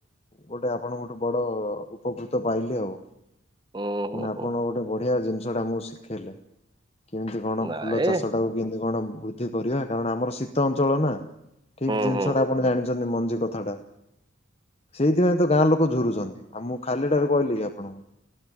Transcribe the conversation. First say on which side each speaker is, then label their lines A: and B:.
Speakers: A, on the left; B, on the right.
A: ଗୋଟେ ଆପଣ ଗୋଟେ ବଡ ଉପକୃତ ପାଇଲେ ଆଉ।
B: ହୁଁ ହୁଁ
A: ମାନେ ଆପଣ
B: ହୁଁ
A: ଗୋଟେ ବଢିଆ ଜିନିଷଟା ଆମୁକୁ ଶିଖେଇଲେ। କେମିତି କଣ
B: ନାଇଁ
A: ଫୁଲ ଚାଷଟାକୁ କେମିତି କଣ ବୃଦ୍ଧି କରିବା କାରଣ ଆମର ଶୀତ ଅଞ୍ଚଳ ନା। ଠିକ
B: ହୁଁ
A: ଜିନିଷଟା
B: ହୁଁ
A: ଆପଣ ଜାଣିଛନ୍ତି ମଞ୍ଜି କଥାଟା। ସେଇଥିପାଇଁ ତ ଗାଁ ଲୋକ ଝୁରୁଛନ୍ତି ଆଉ ମୁଁ ଖାଲି ଟାରେ କହିଲି କି ଆପଣଙ୍କୁ।